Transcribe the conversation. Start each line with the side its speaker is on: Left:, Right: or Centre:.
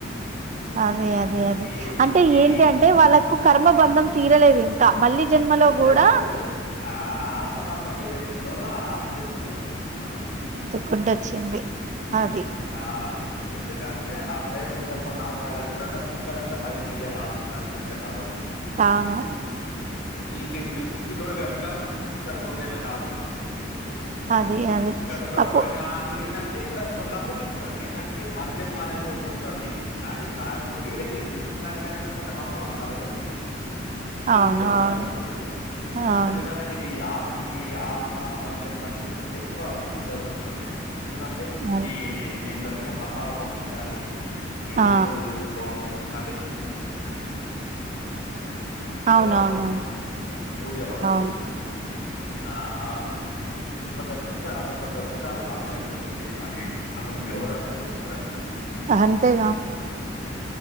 Right: అదే అదే అదే
Left: ఈ
Right: అంటే
Left: ఈ
Right: ఏంటి అంటే వాళ్ళకు కర్మబంధం తీరలేదు ఇంకా మళ్ళీ జన్మలో
Left: ఇంకా తీరలేదు
Right: కూడా
Left: ఆ ఆత్మబంధం ఏదైతే ఉంద్ దో ఆత్మ వెతుక్కొని వచ్చేసింది మళ్ళి
Right: వేతుకుంటు వచ్చింది అది
Left: ఆ ఎందు ఎందుకంటే ఆ ప్రేమ ఇంకా కొన్నాళ్ళు సాగాలి ఇప్పుడన్న కుక్కదంటే పదిహేను ఏళ్ళే లాస్ట్ దా జీవిత కాలం
Right: అవును
Left: మీకే ఇప్పుడు పిల్లోడు గనక గది వందేళ్ళ కాలం
Right: అది అది
Left: అదొక రకం
Right: అప్పు
Left: ఎంది ఆమె ఏందంటే ఇప్పుడ ఒ నమ్ము తది ఇప్పుడ ఏందంటే మరు జన్మ అనేది ఒకటి ఉంటది కానీ ఇప్పుడు ఆమెకు రిలీజ్ అయిపోయినీ ఇట్లాంటివి ఏందంటే కొంత నమ్మరు మరు జన్మ గురించి తెలుస్తది
Right: అవును
Left: ఇట్లాంటి
Right: అవును
Left: వారి గురించి
Right: అవును
Left: ఎందుకంటే నేను ఈ ఆ ఈ ఆత్మ మరు జన్మ దీని గురించి ఎక్కువ బుక్లు చదువుకుంటాను నేను ఎందుకంటే
Right: అవును
Left: ఈ నేను చదివిన కాపాల మోక్షం గాని
Right: ఆ
Left: నిన్ను నువ్వు దెల్సు <inaudible>
Right: అవునవునవును
Left: ఎవరు నువ్వు నువ్ ఎవరు
Right: అవును
Left: ఆ ఆ అదోక్కటి సరిపోతది అదోక్కటి చదివితే చాలు అర్థమయిపోతది జీవితం అంటే ఏంటి అని అసలు నువ్ ఎవరు అని తెలుసుకోడానికి
Right: అంతేగా